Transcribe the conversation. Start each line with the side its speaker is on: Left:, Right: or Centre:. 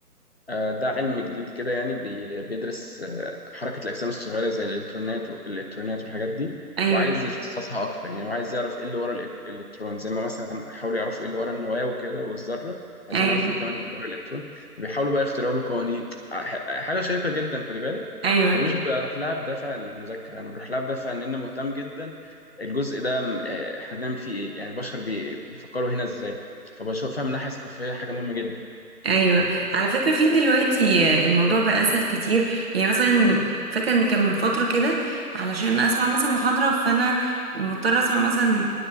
Left: آه، ده علم جديد كده يعني بي- بيدرس آه، حركة الأجسام الصغيرة زي الإلكترونات والإلكترونات والحاجات دي
Right: ايوه
Left: وعايز يفصصها أكتر يعني وعايز يعرف إيه اللي ورا الإلك- الإلكترون زي ما مثلا حاولوا يعرفوا إيه اللي ورا النواة وكده والذرة عايزين
Right: ايوه
Left: يعرفوا إيه كمان اللي ورا الإلكترون فبيحاولوا بقى يخترعوا له قوانين آه، ح- حاجة شيقة جدا خدي بالك
Right: ايوه
Left: ومش بروح لها بدافع المذاكرة أنا بروح لها بدافع إن أنا مهتم جدا الجزء ده م- آه، إحنا بنعمل فيه إيه يعني البشر بي- بيفكروا هنا إزاي فبشوفها من ناحية ثقافية حاجة مهمة جدا
Right: ايوه على فكره في دلوقتي الموضوع بقى اسهل كتير يعني مثلا فاكره ان كان من فتره كده علشان اسمع مثلا محاضره فانا مضطره اسمع مثلا